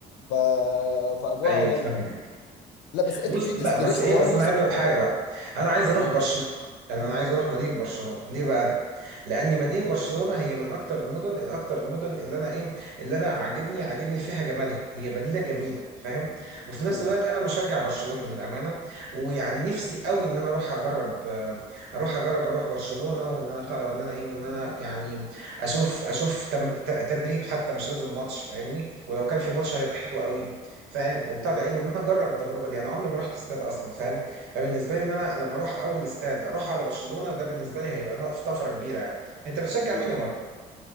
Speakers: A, on the left; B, on the right.
A: ف... فاجواها
B: ايوه
A: جامده
B: فاهم
A: لا بس انت
B: بص
A: في ديستليشن
B: لا بس ايه
A: معين
B: بس
A: نفسك
B: انا عايز
A: تبقى
B: اقول لك حاجه بقى انا عايز اروح
A: مم.
B: برشلونه يعني انا عايز اروح مدينه برشلونه ليه بقى لان مدينه
A: مم.
B: برشلونه هي من اكتر المدن الاكتر المدن اللي انا ايه اللي انا عاجبني عاجبني فيها جمالها هي مدينه جميله فاهم وفي نفس
A: مم.
B: الوقت انا مشجع برشلوني للامانه ويعني نفسي قوي ان انا اروح اجرب آه، اروح اجرب اروح برشلونه وان انا بتاع ده وان انا ايه وان انا يعني اشوف اشوف تم- ت- تدريب حتى مش لازم ماتش فاهمني ولو كان في ماتش هيبقى حلو قوي فاهم وبتاع
A: مم.
B: ده ايه وان انا اجرب التجربه دي انا عمري ما رحت استاد اصلا فاهم فبالنسبه لي ان انا لما اروح اول استاد اروح على برشلونه ده بالنسبه لي هيبقى نقف- طفره كبيره يعني انت بتشجع
A: مم.
B: مين يا ماركو